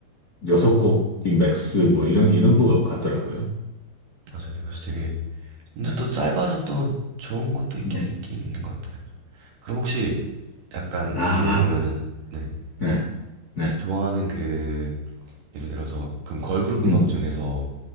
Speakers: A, on the left (about 40°); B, on the right (about 70°).
A: 여섯 곡이 맥스, 뭐, 이런, 이런 거 같더라고요.
B: 맞아요. 네, 그래서 되게 근데
A: 네.
B: 또 짧아서 또 좋은 것도 있긴
A: 네.
B: 있긴 있는 것 같아요. 그럼 혹시 약간
A: 아,
B: 그러면은 네
A: 네, 네,
B: 좋아하는 그 예를 들어서 그럼 걸그룹 음악
A: 음,
B: 중에서